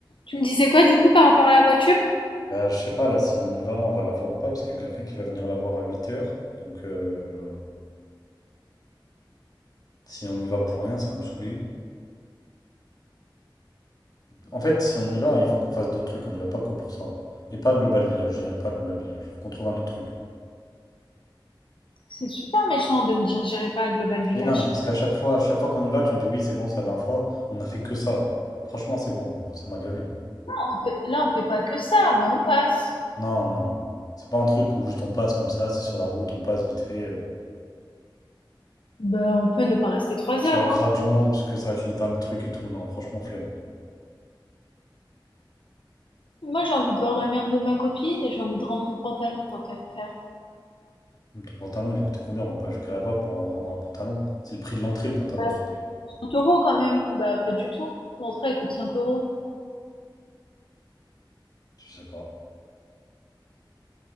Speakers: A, on the left; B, on the left.
A: Tu me disais quoi du coup par rapport à la voiture?
B: Bah, je sais pas, là, si on y va, on va la voir ou pas, parce qu'il y a quelqu'un qui va venir la voir à huit heures Donc, euh, si on y va pour rien, ça va me saouler. En fait, si on y va, il faut qu'on fasse d'autres trucs, on n'y va pas que pour ça. Et pas à Global Village, j'irai pas à Global Village. Faut qu'on trouve un autre truc.
A: C'est super méchant de me dire j'irai pas à Global Village.
B: Mais non, mais parce qu'à chaque fois, à chaque fois qu'on y va, tu me dis oui, c'est bon, c'est la dernière fois, on a fait que ça. Franchement, c'est bon, ça m'a gavé, moi.
A: On fait- Là, on fait pas que ça, mais on passe.
B: Non, non, non. C'est pas un truc où juste on passe comme ça, c'est sur la route, on passe vite fait. euh,
A: Ben, on peut ne pas rester trois
B: sur
A: heures,
B: la grave
A: hein.
B: du monde, parce que ça va être le dernier truc et tout. Non, franchement, flemme.
A: Moi, j'ai envie de voir la mère de ma copine et j'ai envie de rendre mon pantalon tant qu'à faire.
B: Mmh, ton pantalon, il a coûté combien? On va pas jusqu'à là-bas pour, heu, rendre un pantalon. C'est le prix de l'entrée, le pantalon,
A: Ouais,
B: s'il te plaît.
A: 30 euros quand même. Bah, pas du tout. L'entrée, elle coûte 5 euros.
B: Je sais pas.